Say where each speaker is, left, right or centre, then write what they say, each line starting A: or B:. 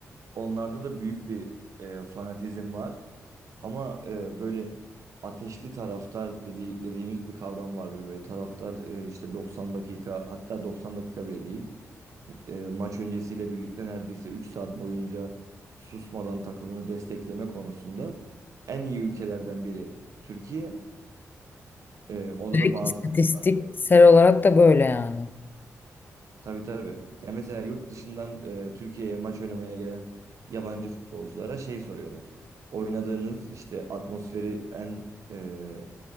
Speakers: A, on the right; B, on the left.
A: onlarda da büyük bir e, fanatizm var. Ama e, böyle ateşli taraftar dediği, dediğimiz bir kavram vardır. Böyle taraftar e, işte 90 dakika hatta 90 dakika bile değil. E, maç öncesiyle birlikte neredeyse 3 saat boyunca susmadan takımını destekleme konusunda en iyi ülkelerden biri Türkiye. E, orada
B: Direkt
A: da bazı
B: istatistiksel
A: taraftar bu arada.
B: olarak da böyle yani.
A: Tabii tabii. Ya mesela yurt dışından e, Türkiye'ye maç oynamaya gelen yabancı futbolculara şey soruyorlar. Oynadığınız işte atmosferi en e,